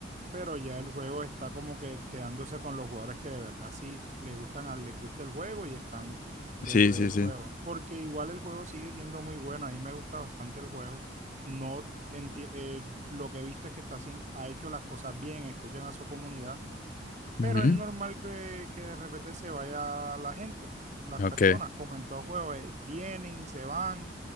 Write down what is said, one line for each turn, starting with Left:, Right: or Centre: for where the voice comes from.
Right: pero ya el juego está como que quedándose con los jugadores que de verdad sí le gustan, a- les gusta el juego y están dentro
Left: Sí, sí,
Right: del
Left: sí.
Right: juego. Porque igual el juego sigue siendo muy bueno, a mí me gusta bastante el juego. No enti- eh, lo que he visto es que está haciendo, ha hecho las cosas bien, escuchan a su comunidad pero
Left: Ujú.
Right: es normal que, que de repente se vaya la gente, las
Left: Ok.
Right: personas, como en todo juego, eh, vienen y se van,